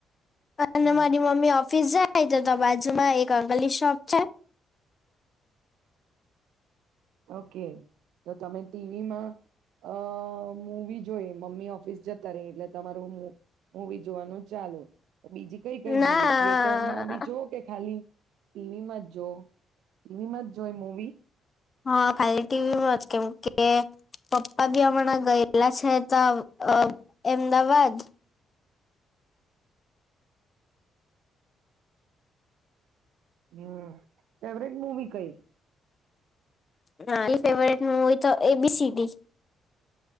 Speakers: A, on the left; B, on the right.
A: અને
B: હમ
A: મારી મમ્મી ઓફિસ જા જ તો બાજુમાં એક અંકલી શોપ છે.
B: ઓકે તો તમે ટીવીમાં અ મૂવી જોઈ મમ્મી ઓફિસ જતા રેય એટલે તમારું મૂવી જોવાનું ચાલુ. બીજી કઈ કઈ
A: ના
B: મુવી થિયેટરમાં બી જો કે ખાલી ટીવીમાં જો ટીવીમાં જ જોય મૂવી
A: હા ખાલી ટીવીમાં જ કેમ કે પપ્પા બી હમણાં ગયેલા છે ત અ એમદાવાદ
B: હમ્મ ફેવરેટ મુવી કઈ?
A: મારી ફેવરેટ મૂવી તો A B C D.